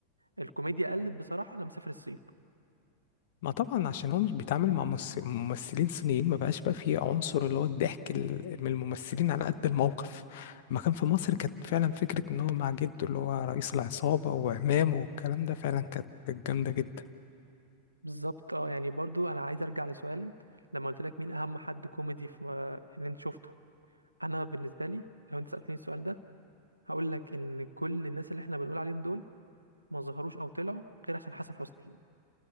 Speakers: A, on the right; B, on the left.
A: الكوميديا قلت بصراحه لما سافر الصين
B: ما طبعا عشان هو مش بيتعامل مع ممس- ممثلين صينيين ما بقاش بقى فيه عنصر اللي هو الضحك ال- من الممثلين على قد الموقف ما كان في مصر كانت فعلا فكرة ان هو مع جده اللي هو رئيس العصابة وعمامه والكلام ده فعلا كانت كانت جامدة جدا
A: بالظبط اه يعني برضو انا عايز ارجع لسؤال لما قلت لك مين اهم حد كوميدي في اللي انت شفته انا بالنسبه لي لو انت سالتني السؤال ده هقول لك ان كل الناس اللي احنا بنقول عليهم دول ما ظهروش او طلعوا غير عشان حسن حسني